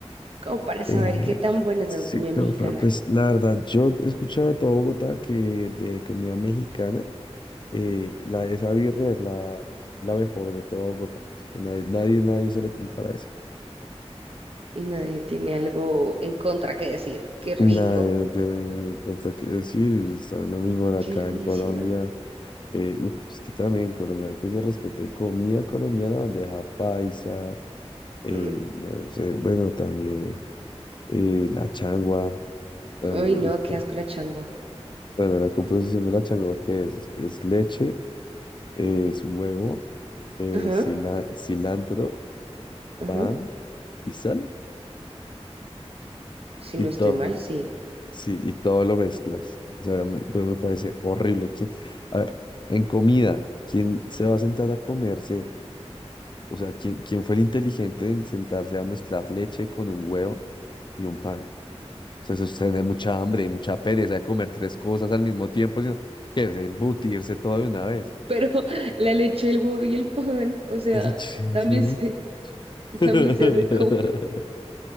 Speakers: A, on the right (about 60°); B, on the left (about 45°).
A: como para saber
B: Eh,
A: qué tan buena es
B: sí,
A: la comida
B: como
A: mexicana.
B: para- pues la verdad, yo he escuchado de todo Bogotá que de comida mexicana. eh, la, esa birria es la, la mejor de toda Bogotá. que Nadie, nadie, nadie se le compara a esa.
A: y nadie tiene algo en contra que decir. Qué rico,
B: Y Nada, de, de- de pronto que decir, saben lo mismo acá
A: qué delicia.
B: en Colombia. Eh, ut- es que también en Colombia que se respete comida colombiana, bandeja paisa, eh,
A: Mm.
B: no sé, bueno, también eh, la changua, bueno,
A: Ay,
B: no me
A: no,
B: gusta.
A: qué asco la changua.
B: Bueno, la composición de la changua, ¿qué es? Es leche, eh, es huevo, eh,
A: Ajá,
B: cila- cilantro,
A: ajá.
B: pan y sal.
A: Si
B: Y
A: no estoy
B: todo,
A: mal, sí.
B: Sí, y todo lo mezclas. O sea, me, pero me parece horrible. ¿Quién- a ver, en comida, ¿quién se va a sentar a comerse? O sea, ¿quién, quién fue el inteligente en sentarse a mezclar leche con un huevo y un pan? O sea, eso es tener mucha hambre y mucha pereza de comer tres cosas al mismo tiempo, sino que es embutirse todo de una vez.
A: Pero <laughs> la leche, el huevo y el pan, o sea,
B: La leche del
A: también
B: huevo.
A: se, <laughs>
B: <laughs>
A: también se hace como